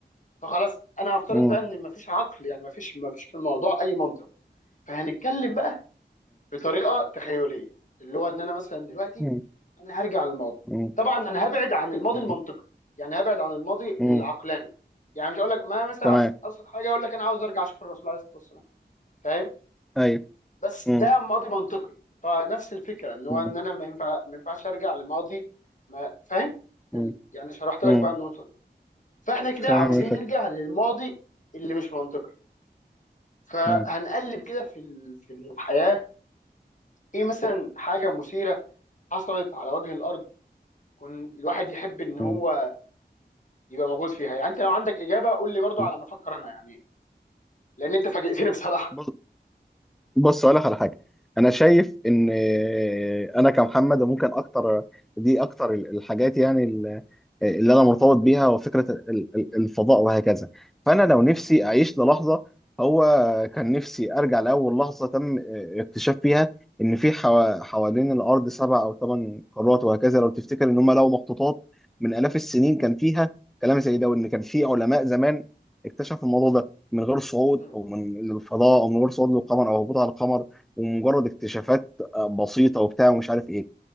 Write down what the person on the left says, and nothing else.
فخلاص انا هفترض
بقى ان مفيش عقل يعني مفيش مفيش في الموضوع اي منطق فهنتكلم بقى بطريقه تخيليه اللي هو ان انا مثلا دلوقتي
انا هرجع للماضي
طبعا انا هبعد عن الماضي
المنطقي يعني هبعد عن الماضي
العقلاني يعني مش هقول لك ما مثلا
أبسط, ابسط حاجه اقول لك انا عاوز ارجع اشوف الرسول عليه الصلاه والسلام فاهم
بس
ده ماضي منطقي فنفس الفكره ان هو
ان انا ما ينفع ما ينفعش ارجع لماضي ما فاهم
يعني شرحت لك
بقى النقطه دي فاحنا كده
عاوزين
نرجع للماضي اللي مش منطقي فهنقلب
كده في ال- في الحياة ايه مثلا حاجة مثيرة حصلت على وجه الارض كن الواحد يحب ان هو
يبقى موجود فيها يعني انت لو عندك اجابة قول لي برضو
على ما افكر انا يعني لان انت فاجئتني <laughs> بصراحة
مم.